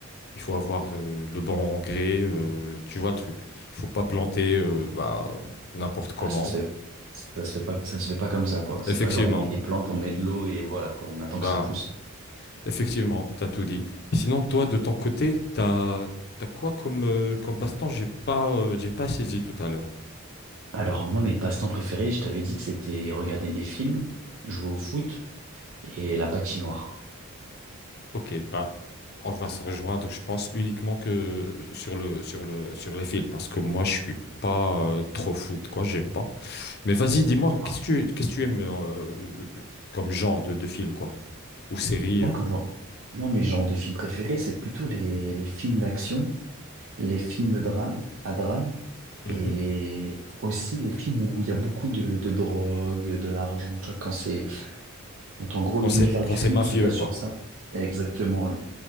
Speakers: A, on the left; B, on the right.
A: Il faut avoir euh, le bon engrais, euh, tu vois le truc. Il faut pas planter euh, bah, n'importe comment.
B: Ah, ça se fait, ça se fait pas, ça se fait pas comme ça, quoi.
A: Effectivement.
B: C'est pas genre on met des plantes, on met de l'eau et voilà, quoi. On attend
A: Bah,
B: que ça pousse.
A: effectivement, t'as tout dit. Sinon, toi, de ton côté, t'as t'as quoi comme, euh, comme passe-temps? J'ai pas, euh, j'ai pas saisi tout à l'heure.
B: Alors, moi, mes passe-temps préférés, je t'avais dit que c'était regarder des films, jouer au foot et la patinoire.
A: Ok, bah, on va se rejoindre, je pense, uniquement que sur le, sur le, sur les films, parce que moi, je suis pas euh, trop foot, quoi, j'aime pas. Mais vas-y, dis-moi,
B: Alors,
A: qu'est-ce que tu, qu'est-ce que tu aimes euh, comme genre de, de film, quoi, ou série
B: moi,
A: euh,
B: comme genre, moi, mes genres de films préférés, c'est plutôt les, les films d'action, les films drame, à drame
A: mhm.
B: et aussi les films où il y a beaucoup de, de drogue, de l'argent, tu vois, quand c'est, quand en gros,
A: Quand
B: l'univers
A: c'est, quand
B: du
A: c'est
B: film
A: mafieux,
B: se base
A: quoi.
B: sur ça. Exactement.